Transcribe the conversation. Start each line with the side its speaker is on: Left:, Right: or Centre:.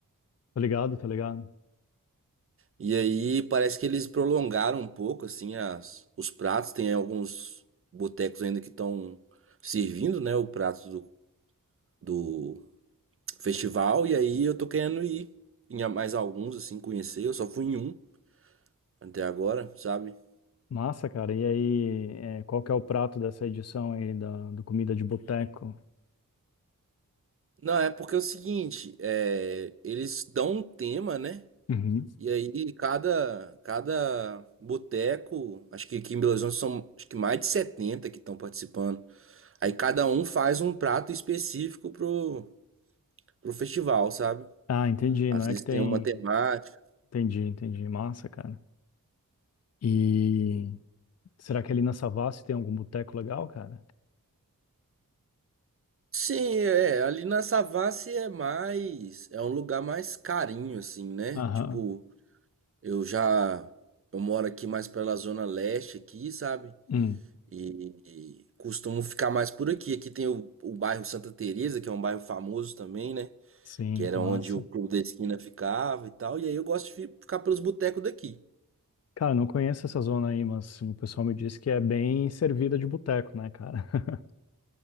Left: Tá ligado, tá ligado?
Right: E aí parece que eles prolongaram um pouco, assim, as... os pratos. Tem alguns botecos ainda que estão servindo, né? O prato do... do festival e aí eu tô querendo ir em a- mais alguns, assim, conhecer. Eu só fui em um até agora, sabe?
Left: Massa, cara. E aí, é, qual que é o prato dessa edição aí da, do Comida de Boteco?
Right: Não, é porque é o seguinte, é, eles dão um tema, né?
Left: Uhum.
Right: E aí cada, cada boteco, acho que aqui em Belo Horizonte são acho que mais de 70 que estão participando. Aí cada um faz um prato específico pro, pro festival, sabe?
Left: Ah, entendi.
Right: Às
Left: Não é
Right: vezes
Left: que tem.
Right: tem uma temática.
Left: Entendi, entendi. Massa, cara. E será que ali na Savassi tem algum boteco legal, cara?
Right: Sim, é, ali na Savassi é mais, é um lugar mais carinho, assim, né?
Left: Aham.
Right: Tipo, Eu já eu moro aqui mais pela zona leste aqui, sabe?
Left: Hum.
Right: E, e costumo ficar mais por aqui. Aqui tem o, o bairro Santa Teresa, que é um bairro famoso também, né?
Left: Sim,
Right: Que era
Left: massa.
Right: onde o Clube da Esquina ficava e tal. E aí eu gosto de fi- ficar pelos botecos daqui.
Left: Cara, não conheço essa zona aí, mas o pessoal me disse que é bem servida de boteco, né, cara? <laughs>